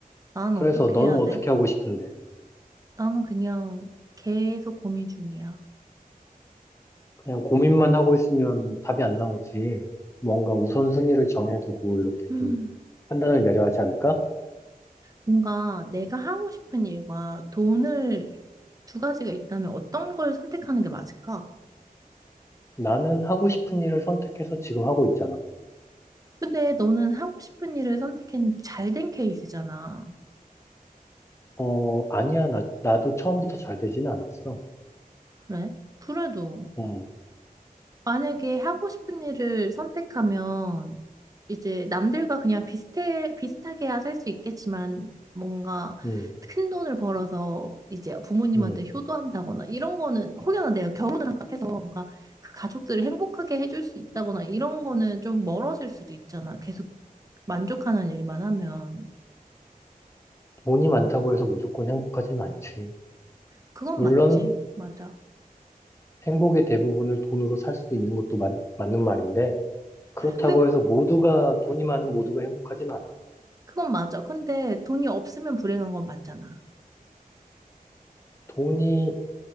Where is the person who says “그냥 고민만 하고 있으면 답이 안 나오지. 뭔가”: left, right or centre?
Left